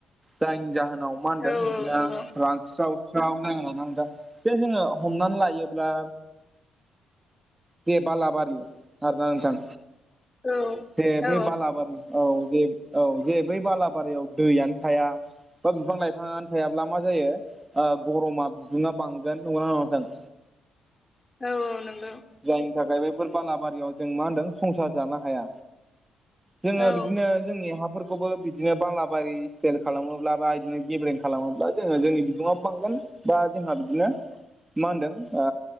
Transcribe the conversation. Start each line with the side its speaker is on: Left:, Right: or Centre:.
Right: जायनि जाहोनाव मा होनदों
Left: औ
Right: बिदिनो
Left: औ नंगौ
Right: रानस्रावस्राव जागोन ना दा बे जोङो हमनानै लायोब्ला बे बालाबारि आरोना नोंथां
Left: औ
Right: जे
Left: औ
Right: बै बालाबारि औ जे औ जे बै बालाबारियाव दैयनो थाया बा बिफां लाइफाङानो थायाब्ला मा जायो गरमा बिदुङा बांगोन नंगौना नङा नोंथां
Left: औ-औ नंगौ
Right: जायनि थाखाय बेफोर बालाबारियाव जों मा होनदों संसार जानो हाया जोङो
Left: औ
Right: बिदिनो जोंनि हाफोरखौबो बिदिनो बालाबारि सेल खालामोब्ला बा बिदिनो गेबेरं खालामोब्ला जोङो जोंनि बिदुंआबो बांगोन बा जोंहा बिदिनो मा होनदों